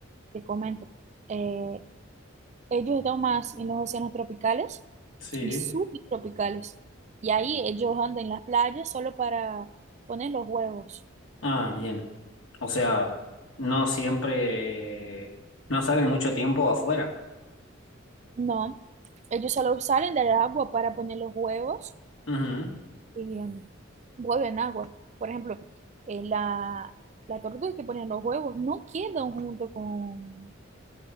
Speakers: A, on the right (about 35°); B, on the left (about 75°).
A: te comento, eh, ellos están más en los océanos tropicales
B: sí,
A: y subtropicales. Y ahí ellos andan en las playas solo para poner los huevos.
B: ah, bien. O sea, no siempre, no salen mucho tiempo afuera.
A: No, ellos solo salen del agua para poner los huevos.
B: Ujú,
A: Y, em, huevo agua. Por ejemplo, eh, la, la tortuga que ponen los huevos no quedan junto con,